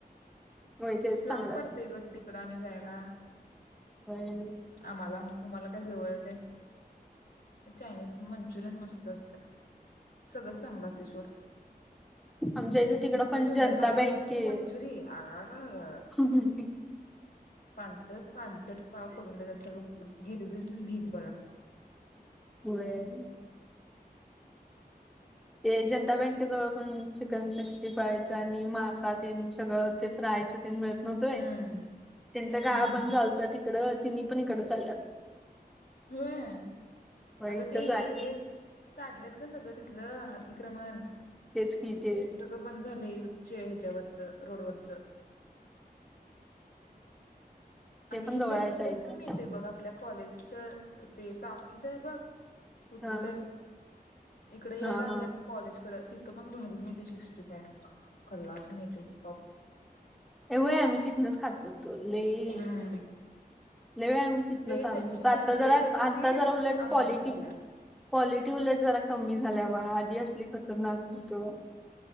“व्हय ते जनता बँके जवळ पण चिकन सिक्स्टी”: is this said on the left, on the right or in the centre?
Centre